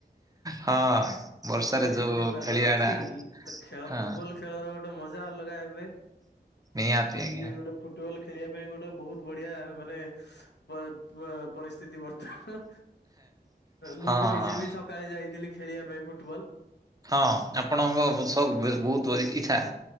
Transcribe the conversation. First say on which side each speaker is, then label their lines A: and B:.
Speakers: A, on the right (about 20°); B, on the left (about 85°).
A: ହଁ। ବର୍ଷାରେ
B: ଇଏ ଯେମିତି
A: ଯୋଉ
B: ପାଗ
A: ଖେଳିବା
B: ଅଛି
A: ଟା
B: ତ ଖେଳ
A: ହଁ
B: ଫୁଟବଲ ଖେଳର ଗୋଟେ ମଜା ଅଲଗା ଏବେ?
A: ନିହାତି, ନିହାତି।
B: ଇଏ ଗୋଟେ ଫୁଟବଲ ଖେଳିବା ପାଇଁ ଗୋଟେ ବହୁତ ବଢିଆ ମାନେ ପା- ପା-ପରିସ୍ଥିତି ବର୍ତ୍ତମାନ ମୁଁ
A: ହଁ
B: ବି ନିଜେ
A: ହଁ
B: ବି ସକାଳେ ଯାଇଥିଲି ଖେଳିବା ପାଇଁ ଫୁଟବଲ
A: ହଁ ଆପଣଙ୍କ
B: ହୁଁ
A: ସ ବହୁତ ଇଛା